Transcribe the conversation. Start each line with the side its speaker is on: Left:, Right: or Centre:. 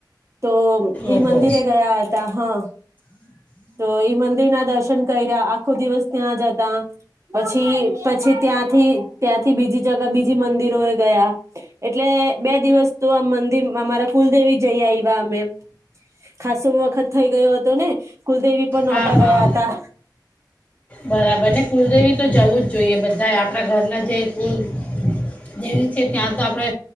Right: તો ઈ
Left: ઓહો
Right: મંદિરે ગયા હતા. હા. તો એ મંદિર ના દર્શન કરયા આખો દિવસ ત્યાં જતા પછી પછી ત્યાંથી ત્યાંથી બીજી જગા બીજી મંદિરો એ ગયા. એટલે બે દિવસ તો આ મંદિરમાં મારા કુલદેવી જઈ આવી તા અમે ખાસુવ વખત થઈ ગયો હતો ને કુલદેવી પર નહોતા
Left: હા હા
Right: ગયા હતા.
Left: બરાબર ને કુલદેવી તો જવું જ જોઈએ. બ બધાય આપણા ઘરના જે કુલ દેવી છે ત્યાં તો આપણે